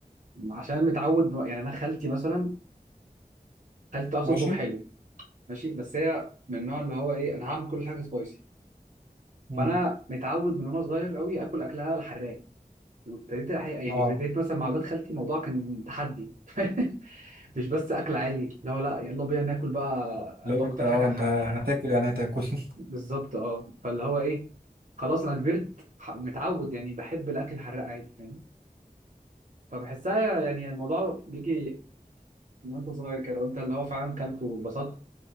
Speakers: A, on the right (about 55°); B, on the right (about 85°).
A: عشان متعود يعني انا خالتي مثلا خالتي بتعرف
B: ماشي
A: تطبخ حلو ماشي بس هي من النوع اللي هو ايه انا هعمل كل حاجه سبايسي
B: امم
A: فانا متعود من وانا صغير قوي اكل اكلها الحراق وابتديت الحقيقه يعني
B: اه
A: ابتديت مثلا مع اولاد خالتي الموضوع كان تحدي <laughs> مش بس اكل عادي لا لا يلا بينا ناكل بقى
B: لو
A: اكتر
B: انت اه
A: حاجه
B: انت
A: حق.
B: هتاكل يعني هتاكل <laughs>
A: بالظبط اه فاللي هو ايه خلاص انا كبرت ح- متعود يعني بحب الاكل الحراق عادي فاهم فبحسها يعني الموضوع بيجي من وانت صغير كده لو انت اللي هو فعلا كلته واتبسطت